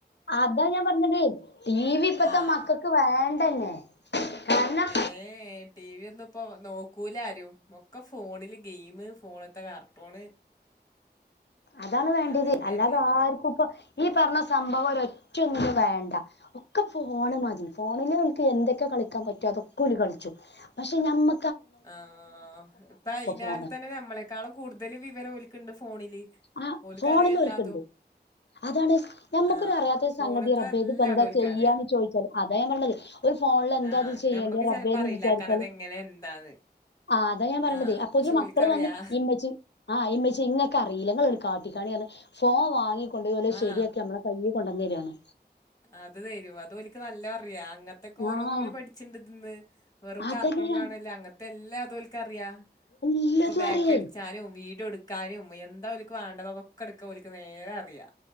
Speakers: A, on the left (about 80°); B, on the left (about 20°).
A: അതാ ഞാൻ പറഞ്ഞതെ ടീവിപ്പത്തെ
B: ആഹ്
A: മക്കക്ക് വേണ്ടന്നെ കാരണം
B: ഏ എ ടീവിയൊ ന്ന്പ്പോ നോക്കൂല ആരും ഒക്കെ ഫോണില് ഗെയിം ഫോണ്ത്തെ കാർട്ടൂണ്
A: അതാണ് വേണ്ടിത്
B: അതന്നെയല്ലേ
A: അല്ലാതെ ആർക്കുംപ്പം ഈ പർഞ്ഞ സംഭവം ഒരൊറ്റൊന്നിനു വേണ്ട ഒക്കെ ഫോണ് മതി ഫോണില്ൽക് എന്തൊക്കെ ക കളിക്കാൻ പറ്റോ അതൊക്കോല് കള്ച്ചും പഷേ ഞമ്മ
B: ആ ഇപ്പ അയ്നാല്
A: ഫോണ്
B: തന്നെ നമ്മളെക്കാളും കൂട്തല് വിവരം ഒൽക്ക്ണ്ട് ഫോണില്
A: ആ
B: ഓൽക്കറിയാം
A: ഫോണ്ല്
B: എല്ലാതും
A: ഓൽക്ക്ണ്ട് അതാണ് ഞമ്മക്കൊരു
B: ആ
A: അറ്യാത്തൊരു
B: ഫോണത്തെ
A: സംഗതി റബ്ബേ
B: എല്ലാതും
A: ഇത്പ്പെന്താ
B: ഓൽക്കറിയാ
A: ചെയ്യാന്ന് ചോയ്ച്ചാല് അതാ ഞാൻ പറിണത് ഒരു ഫോൺല് എന്താത്
B: ആ
A: ചെയ്യേണ്ടി
B: നമ്മക്ക്
A: റബ്ബേന്ന്
B: ചെലപ്പോ അറിയില്ല
A: വിചാരിച്ചാല്
B: കറത് എങ്ങനെ എന്താന്ന്
A: ആ അതാ ഞാൻ പറിണതേ
B: ആ
A: അപ്പോത്തിന്
B: പക്ഷെ
A: മക്കള്
B: ഓൽക്കറിയാ
A: വന്ന് ഇമ്മച്ചി ആ ഇമ്മച്ചി ഇങ്ങക്കറീല ഇങ്ങള് കാട്ടിക്കാണിർഞ്ഞ് ഫോ വാങ്ങികൊണ്ടോയി ഓലത്
B: ആ
A: ശര്യാക്കി നമ്മളെ കയ്യ് കൊണ്ടെന്നെരാണ്
B: അത് തരും അതോൽക്ക് നല്ലൊറിയാ അങ്ങൻത്തൊക്കെ ഓരോന്നോല്
A: ആഹ്
B: പഠിച്ചിണ്ട്ത് ന്ന് വെറും
A: അതന്നെ
B: കാർട്ടൂൺ
A: ഞാൻ
B: കാണല്ല അങ്ങൻത്തെ എല്ലാതും ഒൽക്ക റിയാ
A: എല്ലതും
B: ഇപ്പ ബേക്കട്ച്ചാനും
A: അറിയേ
B: വീഡിയോട്ക്കാനും എന്താ ൽക്ക് വാണ്ടത് അതൊക്കെട്ക്കാ ഓൽക്ക് വേഗറിയാ